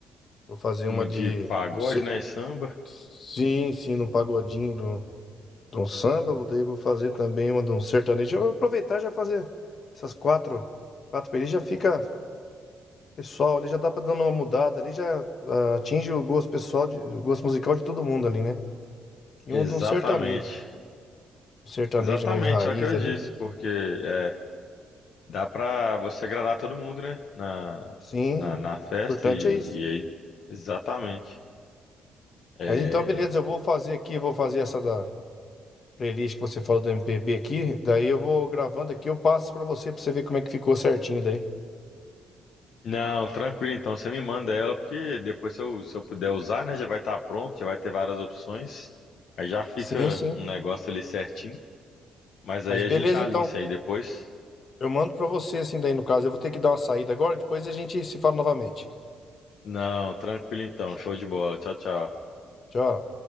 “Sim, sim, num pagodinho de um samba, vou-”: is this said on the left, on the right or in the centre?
Left